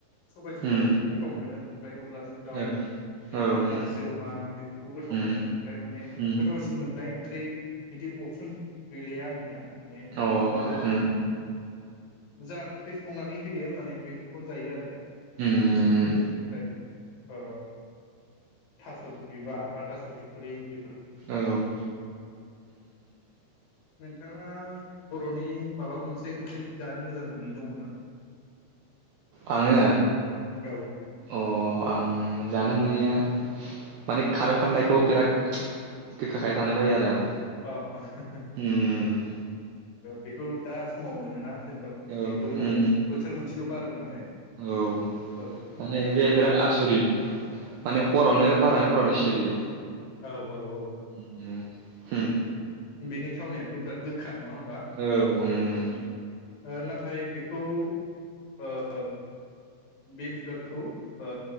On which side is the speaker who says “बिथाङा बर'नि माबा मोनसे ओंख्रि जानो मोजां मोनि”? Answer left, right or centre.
Left